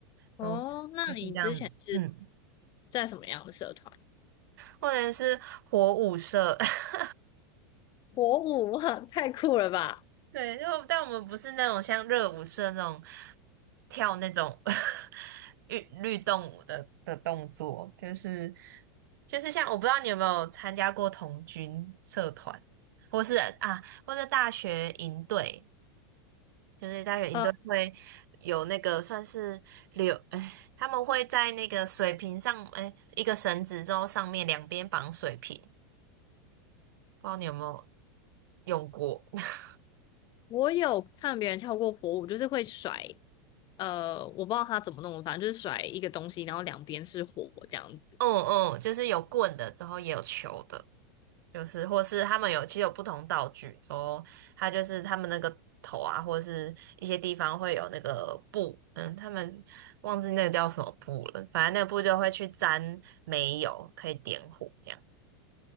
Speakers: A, on the left; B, on the right.
A: 哦，
B: 都就是这样子，
A: 那你之前是
B: 嗯，
A: 在什么样的社团？
B: 或者是火舞社，<laughs>
A: 火舞，<laughs> 哇，太酷了吧！
B: 对，因为但我们不是那种像热舞社那种跳那种 <laughs> 律律动舞的的动作，就是就是像我不知道你有没有参加过童军社团，或是啊，或者大学营队，就是大学营队会有那个算是柳，
A: 呃，
B: 哎，他们会在那个水瓶上，哎，一个绳子之后上面两边绑水瓶，不知道你有没有用过？<laughs>
A: 我有看别人跳过火舞，就是会甩，呃，我不知道他怎么弄，反正就是甩一个东西，然后两边是火这样子。
B: 嗯嗯，就是有棍的，之后也有球的。就是或是他们有其实有不同道具，之后它就是他们那个头啊，或者是一些地方会有那个布，嗯，他们忘记那个叫什么布了，反正那个布就会去沾煤油，可以点火这样。